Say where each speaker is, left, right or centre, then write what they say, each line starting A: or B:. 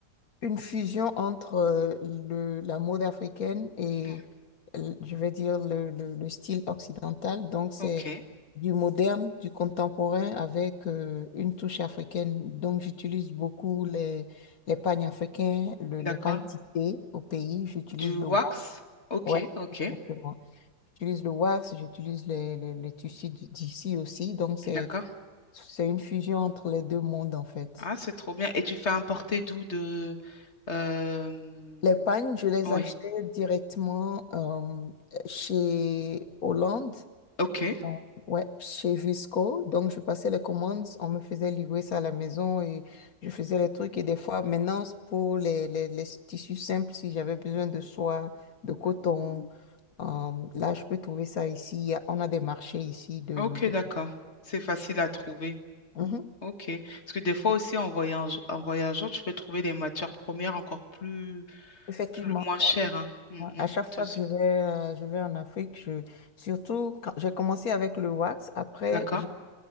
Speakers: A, on the left (about 55°); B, on the left (about 40°).
A: une fusion entre euh, le, la mode africaine et,
B: Mm.
A: euh, je vais dire, le, le- le style occidental. Donc, c'est
B: Ok,
A: du moderne, du contemporain avec euh, une touche africaine. Donc, j'utilise beaucoup les, les pagnes africains, le-
B: d'accord.
A: les pagnes tissés au pays. J'utilise
B: Du
A: le wax.
B: wax? Ok,
A: Ouais,
B: ok,
A: exactement. J'utilise le wax, j'utilise les, les, les tissus d'ici aussi. Donc, c'est,
B: d'accord.
A: c'est une fusion entre les deux mondes, en fait.
B: Ah, c'est trop bien. Et tu fais importer d'où de... euh,
A: Les pagnes, je les
B: Oui,
A: achetais directement euh, chez Hollande,
B: ok,
A: euh, ouais, chez Visco. Donc, je passais les commandes, on me faisait livrer ça à la maison et je faisais les trucs. Et des fois, maintenant, c'est pour les, les, les tissus simples, si j'avais besoin de soie, de coton, euh, là, je peux trouver ça ici. Il y a- On a des marchés ici de,
B: ok,
A: de-
B: d'accord. C'est facile à trouver.
A: Mhm.
B: Ok. Parce que des fois aussi, en voyage... en voyageant, tu peux trouver des matières premières encore plus...
A: Effectivement,
B: plus, moins chère,
A: ouais,
B: hein, m-
A: ouais.
B: moins
A: À chaque
B: coûteuse.
A: fois que je vais, euh, je vais en Afrique, je... surtout quand j'ai commencé avec le wax, après
B: D'accord,
A: j'ai